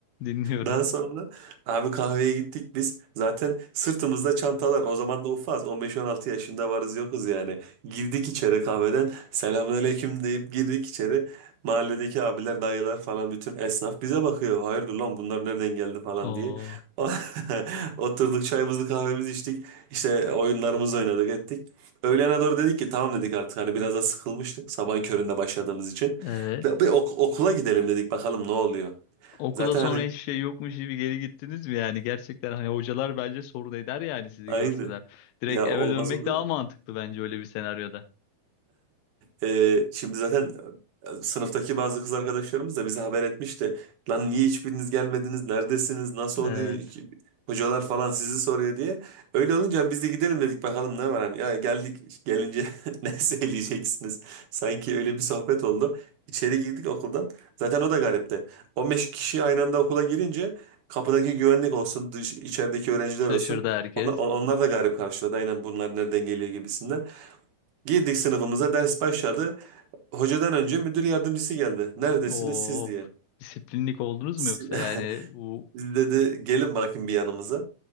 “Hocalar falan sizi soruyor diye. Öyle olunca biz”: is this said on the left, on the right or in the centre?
Right